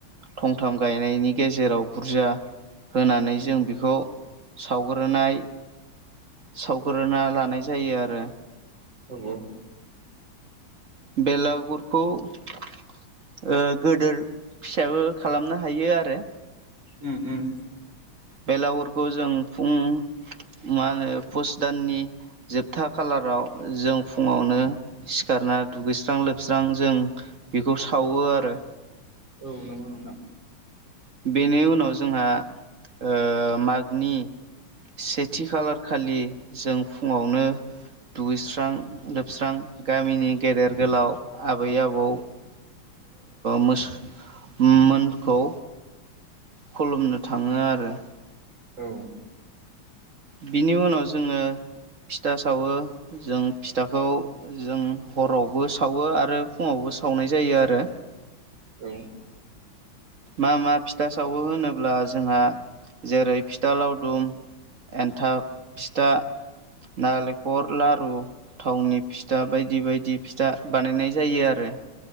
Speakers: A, on the right (about 40°); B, on the right (about 65°).
A: थंथाम गायनायनि गेजेराव बुरजा होनानै जों बेखौ सावग्रोनाय सावग्रोना लानाय जायो आरो।
B: औ।
A: बेलागुरखौ ओ गोदोर फिसाबो खालामनो हायो आरो।
B: उम उम।
A: बेलागुरखौ जों फुं मा होनो पुस दाननि जोबथा खालाराव जों फुङावनो सिखारना दुगैस्रां लोबस्रां जों बेखौ सावो आरो।
B: औ नंगौ नोंथां।
A: बेनि उनाव जोंहा ओ मागनि सेथि खालार खालि जों फुङावनो दुगैस्रां लोबस्रां गामिनि गेदेर गोलाव आबै आबौ ओ मोसो मोनखौ खुलुमनो थाङो आरो।
B: औ।
A: बिनि उनाव जोङो फिथा सावो, जों फिथाखौ जों हरावबो सावो आरो फुङावबो बो सावनाय जायो आरो।
B: औ।
A: मा मा फिथा सावो होनोब्ला जोंहा जेरै फिथा लावदुम एन्थाब फिथा नालेंखर लारु, थावनि फिथा बायदि बायदि फिथा बानायनाय जायो आरो। दे।